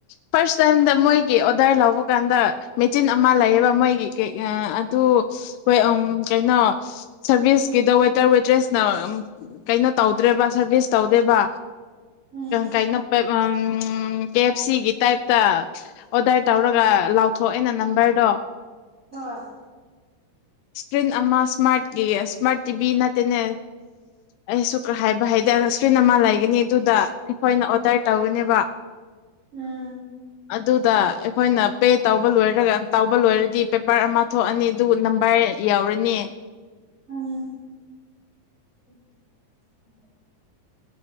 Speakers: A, on the left (about 85°); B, on the right (about 15°).
A: ꯐꯥꯔꯁ ꯇꯥꯏꯝꯗ ꯃꯣꯏꯒꯤ ꯑꯣꯗꯔ ꯂꯧꯕ ꯀꯥꯟꯗ ꯃꯦꯆꯤꯟ ꯑꯃ ꯂꯩꯌꯦꯕ ꯃꯣꯏꯒꯤ ꯑꯗꯨ ꯍꯣꯏ ꯀꯩꯅꯣ ꯁꯔꯚꯤꯁꯁꯀꯤꯗ ꯋꯦꯇꯔ ꯋꯦꯗ꯭ꯔꯦꯁ ꯀꯩꯅꯣ ꯇꯧꯗ꯭ꯔꯦꯕ ꯁꯔꯚꯤꯁ ꯇꯧꯗꯦꯕ
B: ꯎꯝ
A: ꯀꯩꯅ ꯅꯨꯄ ꯎ ꯀꯦ ꯑꯦꯞ ꯁꯤꯒꯤ ꯇꯥꯏꯞꯇ ꯑꯣꯗꯥꯏꯇ ꯑꯣꯔꯒ ꯂꯥꯎ ꯇꯧꯊꯣꯛꯑꯦꯩꯅ ꯅꯝꯕꯔꯗꯣ
B: ꯑ
A: ꯏꯁꯀ꯭ꯔꯤꯟ ꯑꯃ ꯏꯁꯃꯥꯔꯠꯀꯤ ꯏꯁꯃꯥꯔꯠ ꯇꯤꯚꯤ ꯅꯠꯇꯦꯅꯦ ꯑꯩꯁꯨ ꯍꯥꯏꯕ ꯍꯥꯏꯗꯔ ꯇ꯭ꯔꯤꯟ ꯑꯃ ꯂꯩꯒꯅꯤ ꯑꯗꯨꯗ ꯑꯩꯈꯣꯏꯅ ꯑꯣꯗꯔ ꯇꯧꯒꯅꯦꯕ
B: ꯎꯝ
A: ꯑꯗꯨꯗ ꯑꯩꯈꯣꯏꯅ ꯄꯦ ꯇꯧꯕ ꯂꯣꯏꯔꯒ ꯇꯧꯕ ꯂꯣꯏꯔꯗꯤ ꯄꯦꯄꯔ ꯑꯃ ꯊꯣꯛꯑꯅꯤ ꯑꯗꯨ ꯅꯝꯕꯔ ꯌꯥꯎꯔꯅꯤ
B: ꯎꯝ <inaudible>